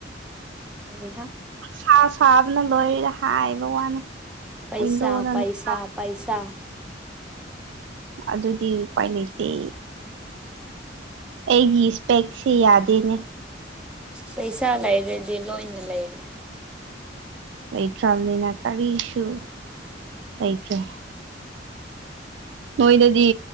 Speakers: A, in the centre; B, on the right.
A: ꯍ <inaudible>
B: ꯁꯥ ꯁꯥꯕꯅ ꯂꯣꯏꯔꯤꯗ ꯍꯥꯏꯕ ꯋꯥꯅꯦ
A: ꯄꯩꯁꯥ
B: ꯑꯗ ꯑꯗꯨ
A: ꯄꯩꯁꯥ
B: ꯆ
A: ꯄꯩꯁꯥ
B: ꯑꯗꯨꯗꯤ ꯎꯄꯥꯏ ꯂꯩꯇꯦ ꯑꯩꯒꯤ ꯏꯁꯄꯦꯛꯁꯦ ꯌꯥꯗꯦꯅꯦ
A: ꯄꯩꯁꯥ ꯂꯩꯔꯗꯤ ꯂꯣꯏꯅ ꯂꯩꯔꯦ
B: ꯂꯩꯇ꯭ꯔꯕꯅꯤꯅ ꯀꯔꯤꯁꯨ ꯂꯩꯇ꯭ꯔꯦ ꯅꯣꯏꯗꯗꯤ